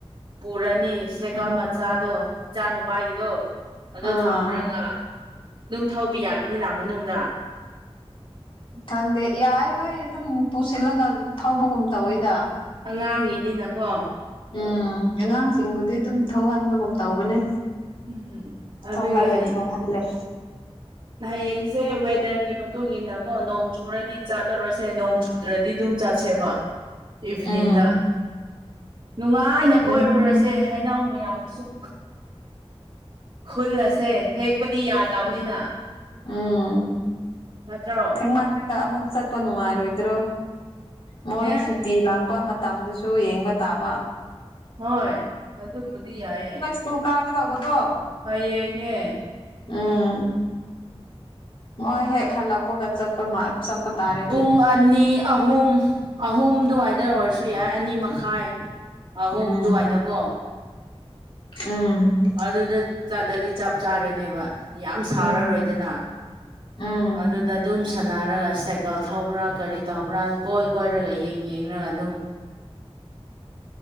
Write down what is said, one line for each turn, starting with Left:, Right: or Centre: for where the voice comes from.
Right: ꯄꯨꯔꯅꯤ ꯁꯥꯏꯀꯜ
Left: ꯑ
Right: ꯃꯆꯥꯗꯣ ꯏꯆꯥ ꯅꯨꯄꯥꯒꯤꯗꯣ ꯑꯗꯣ
Left: ꯑꯥ
Right: ꯊꯝꯂꯒ ꯝ ꯊꯥꯎꯤ ꯌꯥꯒꯅꯤꯅ ꯃꯅꯨꯡꯗ
Left: ꯈꯪꯗꯦ ꯌꯥꯏ ꯍꯣꯏ ꯑꯗꯨꯝ ꯄꯨꯁꯤꯜꯂꯒ ꯊꯧꯕꯒꯨꯝ ꯇꯧꯋꯤꯗ
Right: ꯑꯉꯥꯡꯒꯤꯗꯤꯅꯀꯣ
Left: ꯎꯝ ꯑꯉꯥꯡꯁꯤꯡꯕꯨꯗꯤ ꯑꯗꯨꯝ ꯊꯧꯍꯟꯕꯒꯨꯝ ꯇꯧꯕꯅꯦ
Right: ꯎꯝ ꯑꯗꯨꯒꯤ
Left: ꯊꯧꯍꯜꯂꯦ
Right: ꯍꯌꯦ
Left: ꯊꯧꯍꯜꯂꯦ
Right: ꯍꯌꯦꯡꯁꯦ ꯋꯦꯗꯔꯒꯤ ꯃꯇꯨꯡ ꯏꯟꯅ ꯀꯣ ꯅꯣꯡ ꯆꯨꯔꯗꯤ ꯆꯠꯂꯔꯣꯏꯁꯦ ꯅꯣꯡ ꯆꯨꯗ꯭ꯔꯗꯤ ꯑꯗꯨꯝ ꯆꯠꯁꯦꯕ ꯏꯚꯤꯅꯤꯡꯗ
Left: ꯎꯝ
Right: ꯅꯨꯡꯉꯥꯏꯅ ꯀꯣꯏꯔꯨꯔꯁꯦ
Left: ꯎꯝ
Right: ꯈꯩꯅꯥꯎ ꯃꯌꯥꯝꯅ ꯁꯨꯝ ꯈꯨꯜ ꯑꯁꯦ ꯍꯦꯛꯄꯗꯤ ꯌꯥꯗꯕꯅꯤꯅ
Left: ꯑꯥ
Right: ꯅꯠꯇ꯭ꯔꯣ
Left: ꯃꯥꯟꯅꯒ ꯑꯃꯨꯛ ꯆꯠꯄ ꯅꯨꯡꯉꯥꯏꯔꯣꯏꯗ꯭ꯔꯣ ꯃꯣꯏ
Right: ꯑꯦ
Left: ꯁꯨꯇꯤ ꯂꯥꯛ ꯄꯄ ꯃꯇꯝꯗꯨꯁꯨ ꯌꯦꯡꯕ ꯇꯥꯕ
Right: ꯍꯣꯏ ꯑꯗꯨꯕꯨꯗꯤ ꯌꯥꯏꯑꯦ
Left: ꯀ ꯀꯥꯒꯦ ꯇꯧꯕꯗꯣ
Right: ꯍꯣꯏ ꯌꯦꯡꯅꯦ
Left: ꯑꯥ ꯃꯣꯏ ꯍꯦꯛ ꯍꯂꯛꯄꯣꯒꯠ ꯆꯠꯄ ꯃꯥ ꯁꯠꯇ ꯇꯥꯦ
Right: ꯄꯨꯡ ꯑꯅꯤ ꯑꯍꯨꯝ ꯑꯍꯨꯝ ꯑꯗꯨꯋꯥꯏꯗ ꯑꯣꯏꯔꯁꯨ ꯌꯥꯏ ꯑꯅꯤ ꯃꯈꯥꯏ ꯑꯍꯨꯝ
Left: ꯎꯝ
Right: ꯑꯗꯨꯋꯥꯏꯗꯀꯣ
Left: ꯎꯝ
Right: ꯑꯗꯨꯗ ꯆꯠꯂꯗꯤ ꯆꯞ ꯆꯥꯔꯅꯦꯕ ꯌꯥꯝ ꯁꯥꯔꯔꯣꯏꯗꯅ
Left: ꯎꯝ ꯎꯝ
Right: ꯑꯗꯨꯗ ꯑꯗꯨꯝ ꯁꯥꯟꯅꯔꯒ ꯁꯥꯏꯀꯜ ꯊꯧꯕ꯭ꯔꯥ ꯀꯔꯤ ꯇꯧꯕ꯭ꯔꯥ ꯀꯣꯏ ꯀꯣꯏꯔꯒ ꯌꯦꯡ ꯌꯦꯡꯔꯒ ꯑꯗꯨꯝ